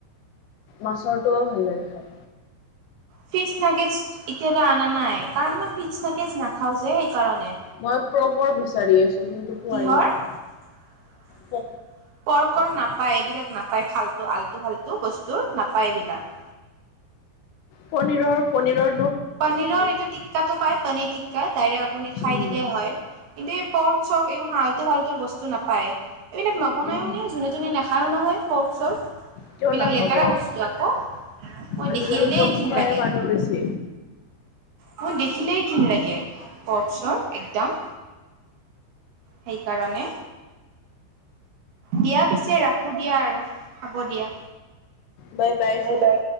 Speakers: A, on the left; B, on the right.
A: মাছৰটও ভাল লাগে খাই।
B: ফিচ নাগেষ্ট এতিয়ালৈ অনা নাই কাৰণ মই ফিচ নাগেষ্ট নাখাওঁ যে সেইকাৰণে।
A: মই পৰ্কৰ বিচাৰি আছো কিন্তু পোৱাই
B: কিহৰ
A: নাই।
B: <inaudible>
A: ক
B: পৰ্কৰ
A: নাপায়।
B: এইবিলাক নাপায় ফাল্টু আল্টু ফাল্টু বস্তুৰ নাপায় এইবিলাক।
A: পনীৰৰ পনিৰৰ
B: পনীৰৰ এইটো টিক্কাটো পায় পনীৰ টিক্কা ডাইৰেক্ট আপুনি খাই
A: উম,
B: দিলেই হয়। এনে পৰ্ক-চৰ্ক হালতু-ফালতু বস্তু নাপায়। এইবিলাক নবনায়ও
A: উম।
B: নে যোনে-তোনে নেখায়ো নহয় পৰ্ক-চৰ্ক।
A: কিয়
B: এইবিলাক
A: নাখাব,
B: লেতেৰা বস্তু আকৌ মই
A: আজিকালি
B: দেখিবলেই
A: পৰ্ক খোৱাই
B: লাগে
A: মানুহ বেছি,
B: মই দেখিলেই ঘিন লাগে পৰ্ক পৰ্ক-চৰ্ক একদম। সেইকাৰণে দিয়া পিছে ৰাখো দিয়া আৰু হ'ব দিয়া।
A: Bye bye.
B: বাই-বাই।